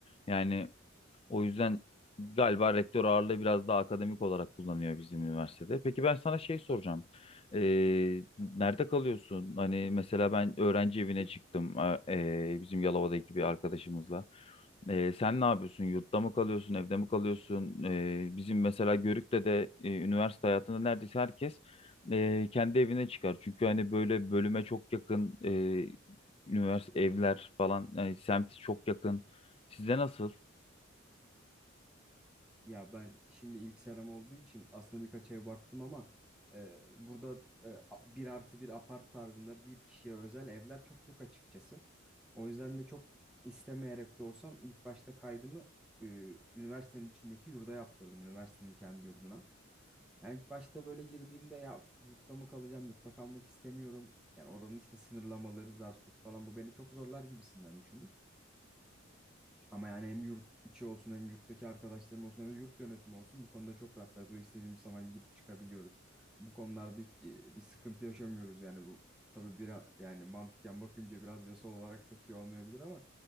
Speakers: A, on the left; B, in the centre.
A: Yani o yüzden galiba rektör ağırlığı biraz daha akademik olarak kullanıyor bizim üniversitede. Peki ben sana şey soracağım. Ee, nerede kalıyorsun? Hani mesela ben öğrenci evine çıktım a- ee, bizim Yalova'daki bir arkadaşımızla. Ee, sen ne yapıyorsun? Yurtta mı kalıyorsun? Evde mi kalıyorsun? Ee, bizim mesela Görük'te de e, üniversite hayatında neredeyse herkes e, kendi evine çıkar. Çünkü hani böyle bölüme çok yakın e, üniversite evler falan yani semt çok yakın. Sizde nasıl?
B: Ya ben şimdi ilk seram olduğu için aslında birkaç ev baktım ama e, burada e, bir artı bir apart tarzında bir kişiye özel evler çok yok açıkçası. O yüzden de çok istemeyerek de olsam ilk başta kaydımı e, üniversitenin içindeki yurda yaptırdım. Üniversitenin kendi yurduna. Yani ilk başta böyle girdiğimde ya üf, yurtta mı kalacağım, yurtta kalmak istemiyorum. Yani oranın işte sınırlamaları, zar tut falan bu beni çok zorlar gibisinden düşündüm. Ama yani hem yurt içi olsun hem yurttaki arkadaşlarım olsun hem de yurt yönetimi olsun bu konuda çok rahatlar. Buraya istediğimiz zaman girip çıkabiliyoruz. Bu konularda hiç e, bir sıkıntı yaşamıyoruz yani bu. Tabii biraz yani mantıken bakınca biraz yasal olarak çok iyi olmayabilir ama